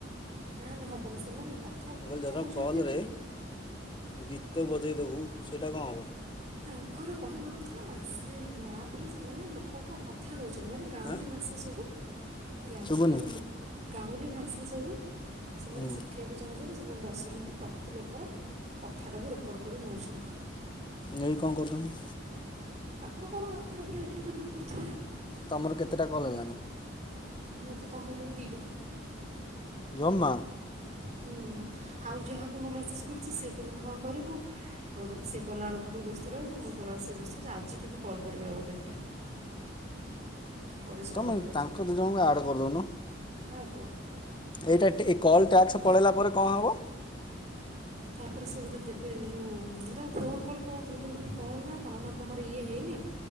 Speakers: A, on the right (about 35°); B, on the left (about 25°).
A: ନା ନା ହବନି ସେମାନେ କଥା
B: ମୁ କହିଲି ଧର
A: ଚାହୁଁଛନ୍ତି
B: କଲରେ ଗୀତ ବଜାଇଦେବୁ ସେଇଟା କଣ ହେବ।
A: ତାଙ୍କର କହିବା କଥା ସେ ଆପରେ ସେମାନେ ଲୋକଙ୍କ କଥା କଥା ନଉଛନ୍ତି ମାନେ ଗାଁଉଲି
B: ଆଁ
A: ଭାଷା ସବୁ ହେଲା
B: ଶୁଭୁନି
A: ସେମାନେ ଶି ଗାଉଁଲି ଭାଷା ସବୁ ସେମାନେ
B: ହୁଁ
A: ଶିଖ ଖିବାକୁ ଚାହୁଁଛନ୍ତି ସେମାନେ ଦଶମିନିଟ ପ୍ରତି ଲୋକର କଥାଟାକୁ ରେକର୍ଡ଼ କରି ନଉଛନ୍ତି।
B: ନେଇକି କଣ କରିଛନ୍ତି?
A: ତାଙ୍କର କଣ ଆପ ଫାପରେ ଏଡିଟ କରିବାକୁ ରଖୁଥିବେ।
B: ତମର କେତେଟା କଲ୍ ହେଲାଣି?
A: ମୁଁ ତ ତମକୁ ଲଗେଇଲି ଦିଟା
B: ଜମା
A: ହୁଁ ଆଉ ଯାହାକୁ ମୁଁ ମେସେଜ୍ କରୁଛି ସେ କହୁଛନ୍ତି ହଁ କରିବୁ। ଉଠୁ ସେ କଲାବେଳକୁ ବ୍ୟସ୍ତ ରହୁଛି ମୁଁ କଲାବେଳକୁ ସେ ବ୍ୟସ୍ତ ରହୁଛି ଆଜି କିନ୍ତୁ କଲ୍ କରିବି ଆଉ ଗୋଟେ ଦିଟା କରି ସରିଦେଲେ
B: ତୁମେ ତାଙ୍କ
A: ଯିବ
B: ଦୁଇ ଜଣଙ୍କୁ ଆଡ଼୍ କରିଦେଉନ
A: କାହାକୁୁ
B: ଏଇଟା ଟି କଲ୍ ଟ୍ୟାକ୍ସ ପଳେଇଲା ପରେ କଣ ହେବ
A: ତାପରେ ସେ ବୋଧେ ଦେବେ ଯୋଉ ମୁଁ ତାକୁ ଫୋନ୍ କରି କହୁଥିଲି ବୋଲି କହିଲି କଲ୍ ନା କଣ ନା ତମର ଇଏ ହେଇନି।